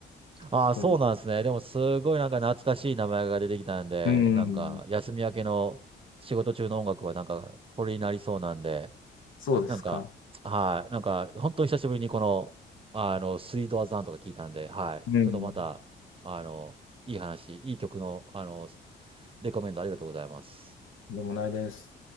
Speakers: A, on the right; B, on the left.
A: ああ、
B: そう、
A: そうなんですね。でも、すごいなんか懐かしい名前が出てきたんで、
B: うん。
A: なんか、休み明けの仕事中の音楽はなんか、これになりそうなんで、
B: そうですか。
A: なんか、はい、なんか、本当に久しぶりにこの、あの、スイートアザンとか聞いたんで、はい、
B: うん。
A: ちょっとまた、あの、いい話、いい曲の、あの、レコメンドありがとうございます。
B: でもないです。